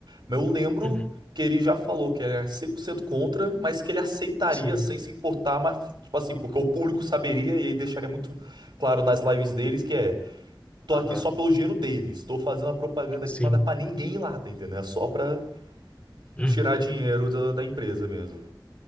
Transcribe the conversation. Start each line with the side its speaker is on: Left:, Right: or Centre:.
Right: mas eu lembro
Left: uhum.
Right: que ele já falou que era 100% contra, mas que ele aceitaria
Left: Sim.
Right: sem se importar, mas, tipo assim, porque o público saberia e aí deixaria muito claro nas lives deles que é. Tô
Left: Aham.
Right: aqui só pelo dinheiro deles. Tô fazendo a propaganda aqui,
Left: Sim.
Right: mas não é pra ninguém ir lá, tá entendendo? É só pra
Left: Uhum.
Right: tirar dinheiro da, da empresa mesmo.